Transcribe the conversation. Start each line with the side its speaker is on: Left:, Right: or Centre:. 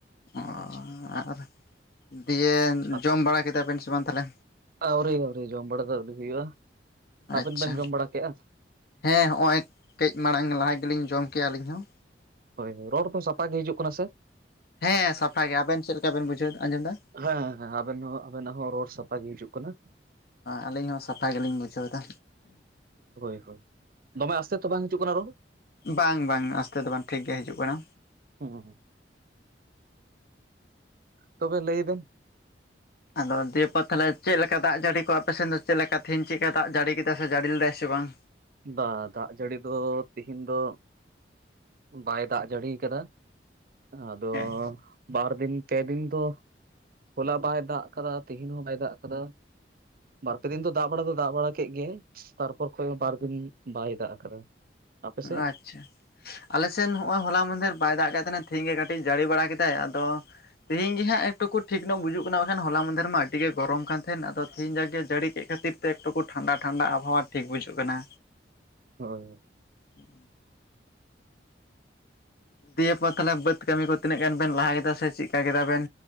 Left: ᱚ ᱟᱨ ᱫᱤᱭᱮ
Right: ᱟ-
Left: ᱡᱚᱢ ᱵᱟᱲᱟ ᱠᱮᱫᱟ ᱵᱮᱱ ᱥᱮ ᱵᱟᱝ ᱛᱟᱦᱞᱮ?
Right: ᱟᱹᱣᱨᱤ ᱟᱹᱣᱨᱤ ᱡᱚᱢ ᱵᱟᱲᱟ ᱫᱚ ᱟᱹᱣᱨᱤ ᱦᱩᱭᱩᱜᱼᱟ᱾ ᱟᱵᱮᱱ
Left: ᱟᱪᱪᱷᱟ
Right: ᱵᱮᱱ ᱡᱚᱢ ᱵᱟᱲᱟ ᱠᱮᱜ-ᱟ?
Left: ᱦᱮᱸ ᱦᱚᱜᱼᱚᱭ ᱠᱟᱹᱡ ᱢᱟᱲᱟᱝ ᱞᱟᱦᱟ ᱜᱮᱞᱤᱧ ᱡᱚᱢ ᱠᱮᱜᱼᱟ ᱟᱹᱞᱤᱧ ᱦᱚᱸ᱾
Right: ᱦᱳᱭ ᱨᱚᱲ ᱫᱚ ᱥᱟᱯᱟᱜ ᱜᱮ ᱦᱤᱡᱩᱜ ᱠᱟᱱᱟ ᱥᱮ
Left: ᱦᱮᱸ ᱥᱟᱯᱷᱟ ᱜᱮᱭᱟ ᱟᱵᱮᱱ ᱪᱮᱫ ᱞᱮᱠᱟ ᱵᱮᱱ ᱵᱩᱡᱷᱟᱹᱣ ᱟᱸᱡᱚᱢᱫᱟ?
Right: ᱦᱮᱸ ᱦᱮᱸ ᱟᱵᱮᱱ ᱦᱚᱸ ᱟᱵᱮᱱᱟᱜ ᱦᱚᱸ ᱨᱚᱲ ᱥᱟᱯᱷᱟ ᱜᱮ ᱦᱤᱡᱩᱜ ᱠᱟᱱᱟ᱾
Left: ᱟᱹᱞᱤᱧ ᱦᱚᱸ ᱥᱟᱯᱷᱟ ᱜᱮᱞᱤᱧ ᱵᱩᱡᱷᱟᱹᱣ ᱫᱟ
Right: ᱦᱳᱭ ᱦ ᱫᱚᱢᱮ ᱟᱥᱛᱮ ᱛᱚ ᱵᱟᱝ ᱦᱤᱡᱩᱜ ᱠᱟᱱᱟ ᱨᱚᱲ?
Left: ᱵᱟᱝ ᱵᱟᱝ ᱟᱥᱛᱮ ᱫᱚ ᱵᱟᱝ ᱴᱷᱤᱠ ᱜᱮ ᱦᱤᱡᱩᱜ ᱠᱟᱱᱟ᱾
Right: ᱦᱩᱸ ᱦᱩᱸ ᱛᱚᱵᱮ ᱞᱟᱹᱭ ᱵᱮᱱ
Left: ᱟᱫᱚ ᱫᱤᱭᱮᱯᱚᱨ ᱛᱟᱦᱚᱞᱮ ᱪᱮᱫ ᱞᱮᱠᱟ ᱫᱟᱜ ᱡᱟᱹᱲᱤ ᱠᱚ ᱟᱯᱮ ᱥᱮᱫ ᱫᱚ ᱪᱮᱫ ᱞᱮᱠᱟ ᱛᱮᱦᱣᱧ ᱪᱮᱫ ᱞᱮᱠᱟ ᱫᱟᱜ ᱡᱟᱹᱲᱤ <inaudible> ᱥᱮ ᱡᱟᱹᱲᱤ ᱞᱮᱫᱟᱭ ᱥᱮ ᱵᱟᱝ
Right: ᱵᱟ ᱫᱟᱜ ᱡᱟᱹᱲᱤ ᱫᱚ ᱛᱤᱦᱮᱧ ᱫᱚ ᱵᱟᱭ ᱫᱟᱜ ᱡᱟᱹᱲᱤ ᱠᱟᱫᱟ ᱟᱫᱚ
Left: ᱦᱮᱸ
Right: ᱵᱟᱨ ᱫᱤᱱ ᱯᱮ ᱫᱤᱱ ᱫᱚ ᱦᱚᱞᱟ ᱵᱟᱭ ᱫᱟᱜ ᱠᱟᱫᱟ ᱛᱤᱦᱤᱧ ᱦᱚᱸ ᱵᱟᱭ ᱫᱟᱜ ᱠᱟᱫᱟ᱾ ᱵᱟᱨᱯᱮ ᱫᱤᱱ ᱫᱚ ᱫᱟᱜ ᱵᱟᱲᱟ ᱫᱚ ᱫᱟᱜ ᱵᱟᱲᱟ ᱠᱮᱫ ᱜᱮᱭᱟᱭ ᱛᱟᱨᱯᱚᱨ ᱠᱷᱚᱡ ᱵᱟᱨ ᱫᱤᱱ ᱵᱟᱭ ᱫᱟᱜ ᱟᱠᱟᱫᱟ᱾ ᱟᱯᱮᱥᱮᱫ
Left: ᱟᱪᱪᱷᱟ ᱟᱞᱮᱥᱮᱱ ᱦᱚᱜᱚᱭ ᱦᱚᱞᱟ ᱢᱟᱫᱷᱮᱨ ᱵᱟᱭ ᱫᱟᱜ ᱠᱟᱛᱟᱦᱮᱱᱟ ᱛᱤᱦᱧ ᱜᱮ ᱠᱟᱹᱴᱤᱡ ᱡᱟᱹᱲᱤ ᱵᱟᱲᱟ ᱠᱮᱫᱟᱭ ᱟᱫᱚ ᱛᱦᱤᱧ ᱜᱮ ᱦᱟᱸᱜ ᱮᱠ ᱴᱩᱠᱩ ᱴᱷᱤᱠ ᱧᱚᱜ ᱵᱩᱡᱩᱜ ᱠᱟᱱᱟ ᱵᱟᱠᱷᱟᱱ ᱦᱚᱞᱟ ᱢᱟᱫᱷᱮᱨ ᱢᱟ ᱟᱹᱰᱤ ᱜᱮ ᱜᱚᱨᱚᱢ ᱠᱟᱱ ᱛᱟᱦᱮᱫ ᱟᱫᱚ ᱛᱤᱦᱤᱧ ᱡᱟᱜᱮ ᱡᱟᱹᱲᱤ ᱠᱮᱫ ᱠᱷᱟᱹᱛᱤᱨ ᱛᱮ ᱴᱩᱠᱩ ᱴᱷᱟᱱᱰᱟ ᱴᱷᱟᱱᱰᱟ ᱟᱵᱚᱦᱚᱣᱟ ᱴᱷᱤᱠ ᱵᱩᱡᱩᱜ ᱠᱟᱱᱟ᱾
Right: ᱦᱳᱭ
Left: ᱦᱮ ᱫᱤᱭᱮ ᱯᱚᱨ ᱛᱟᱞᱦᱮ ᱵᱟᱹᱫ ᱠᱟᱹᱢᱤ ᱠᱚ ᱛᱤᱱᱟᱹᱜ ᱜᱟᱱ ᱵᱮᱱ ᱞᱟᱦᱟ ᱠᱮᱫᱟ ᱥᱮ ᱪᱮᱫᱠᱟ ᱠᱮᱫᱟ ᱵᱮᱱ?